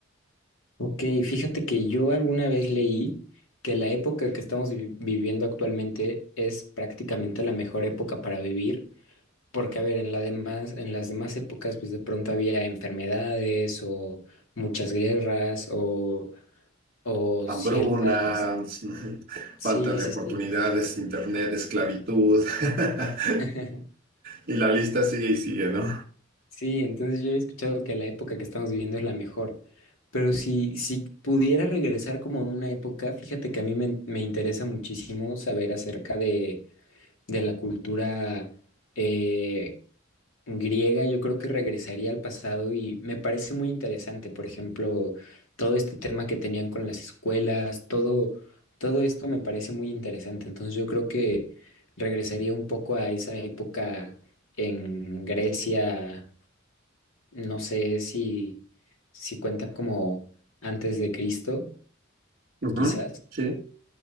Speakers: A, on the left; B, on the right.
A: Ok, fíjate que yo alguna vez leí que la época que estamos vi- viviendo actualmente es prácticamente la mejor época para vivir, porque a ver, en la demás, en las demás épocas pues de pronto había enfermedades o muchas guerras o, o
B: Hambruna,
A: ciertas...
B: <laughs>
A: Sí,
B: falta de
A: sí,
B: oportunidades,
A: sí.
B: internet, esclavitud. <laughs>
A: <laughs>
B: Y la lista sigue y sigue, ¿no?
A: Sí, entonces yo he escuchado que la época que estamos viviendo es la mejor, pero si, si pudiera regresar como a una época, fíjate que a mí me, me interesa muchísimo saber acerca de, de la cultura eh, griega, yo creo que regresaría al pasado y me parece muy interesante, por ejemplo, todo este tema que tenían con las escuelas, todo, todo esto me parece muy interesante, entonces yo creo que regresaría un poco a esa época en Grecia no sé si, si cuenta como antes de Cristo,
B: Ujú,
A: quizás.
B: Sí.